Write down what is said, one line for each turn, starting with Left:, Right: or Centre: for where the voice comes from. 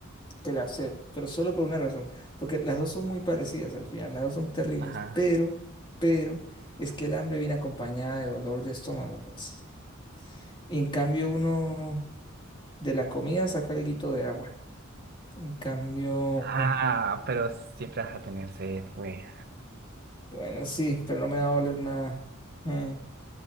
Left: que la sed, pero solo por una razón, porque las dos son muy parecidas al final, las dos son terribles,
Right: Ajá.
Left: pero, pero, es que el hambre viene acompañada de dolor de estómago, pues. Y en cambio uno de la comida saca el guito de agua. En cambio,
Right: Ah, pero siempre vas a tener sed, güey.
Left: bueno, sí, pero no me va a oler nada. Mm,